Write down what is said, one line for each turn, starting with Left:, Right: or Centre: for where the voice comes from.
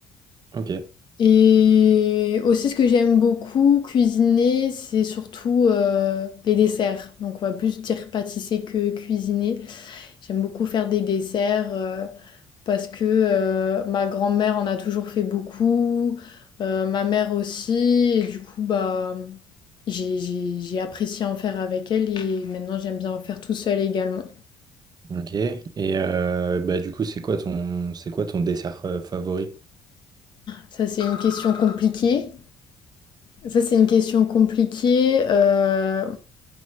Right: Ok,
Left: Et aussi ce que j'aime beaucoup cuisiner, c'est surtout euh, les desserts. Donc on va plus dire pâtisser que cuisiner. J'aime beaucoup faire des desserts. euh, parce que euh, ma grand-mère en a toujours fait beaucoup, euh, ma mère aussi, et du coup, bah, j'ai, j'ai- j'ai apprécié en faire avec elle et maintenant j'aime bien en faire tout seul également.
Right: ok. Et euh, bah du coup, c'est quoi ton c'est quoi ton dessert euh, favori?
Left: Ça, c'est une question compliquée. Ça, c'est une question compliquée euh,